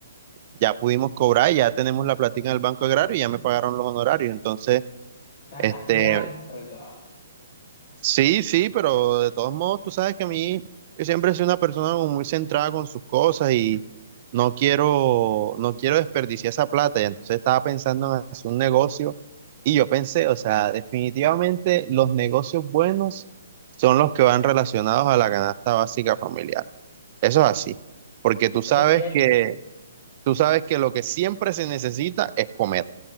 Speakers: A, on the right; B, on the left.
A: ya pudimos cobrar, ya tenemos la platica en el Banco Agrario y ya me pagaron los honorarios. Entonces,
B: sea,
A: este,
B: estás largo.
A: sí, sí, pero de todos modos, tú sabes que a mí, yo siempre he sido una persona como muy centrada con sus cosas y no quiero, no quiero desperdiciar esa plata. Y entonces estaba pensando en hacer un negocio y yo pensé, o sea, definitivamente los negocios buenos son los que van relacionados a la canasta básica familiar. Eso es así, porque tú sabes
B: Eso es cierto.
A: que, tú sabes que lo que siempre se necesita es comer.